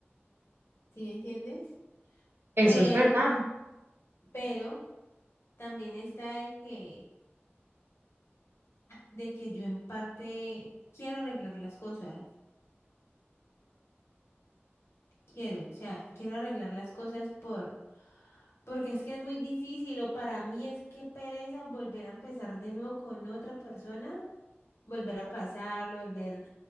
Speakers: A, on the left (about 75°); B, on the right (about 60°).
A: ¿Sí me entiendes?
B: Eso
A: Pero,
B: es verdad.
A: pero también está de que, de que yo en parte quiero arreglar las cosas. Quiero, o sea, quiero arreglar las cosas por, porque es que es muy difícil o para mí es que pereza volver a empezar de nuevo con otra persona, volver a pasarlo, volver